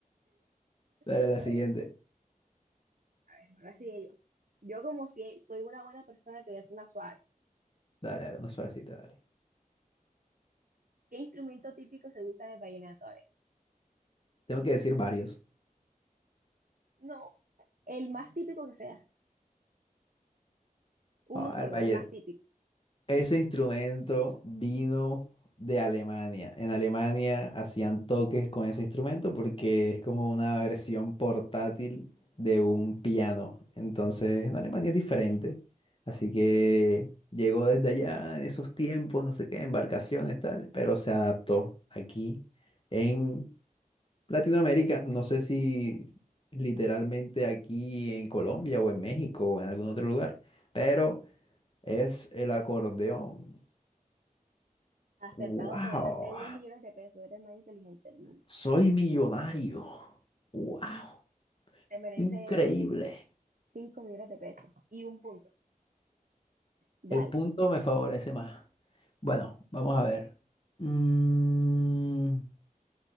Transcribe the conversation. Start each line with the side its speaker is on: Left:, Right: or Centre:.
Left: Dale
Right: A
Left: a la siguiente.
Right: ver, A ver, ahora sigue yo. Yo como si soy una buena persona, te voy a hacer una suave.
Left: Dale, dale, una suavecita, dale.
Right: ¿Qué instrumento típico se usa en el vallenato? A ver.
Left: Tengo que decir varios.
Right: No, el más típico que sea. Uno
Left: Ah,
Right: solo,
Left: el Valle.
Right: el más típico.
Left: Ese instrumento vino de Alemania. En Alemania hacían toques con ese instrumento porque es como una versión portátil de un piano. Entonces, en Alemania es diferente. Así que llegó desde allá en esos tiempos, no sé qué, embarcaciones, tal, pero se adaptó aquí en Latinoamérica. No sé si literalmente aquí en Colombia o en México o en algún otro lugar, pero es el acordeón.
Right: Acertado,
Left: Wow,
Right: te ganaste 10 millones de pesos. Eres el más inteligente del mundo.
Left: soy millonario. Wow,
Right: Te mereces
Left: increíble.
Right: 5 millones de pesos y un punto. Dale.
Left: El punto me favorece más. Bueno, vamos a ver. Mm,